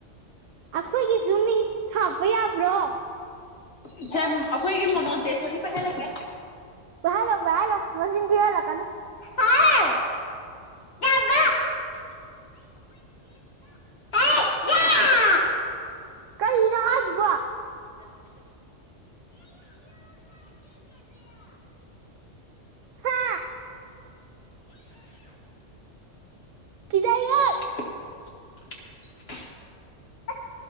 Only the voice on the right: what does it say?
ꯑꯩꯈꯣꯏꯒꯤꯖꯨ ꯃꯤꯡ ꯍꯥꯞꯄ ꯌꯥꯕ꯭ꯔꯣ
ꯄꯥꯏꯍꯟꯂꯣ ꯄꯥꯢꯍꯟꯂꯣ ꯃꯆꯤꯟ ꯊꯤꯍꯟ ꯂꯛꯀꯅꯣ
ꯀꯩꯅꯣ ꯍꯥꯏꯗꯨꯕꯣ
ꯍꯥ ꯀꯤꯖꯩꯌꯦ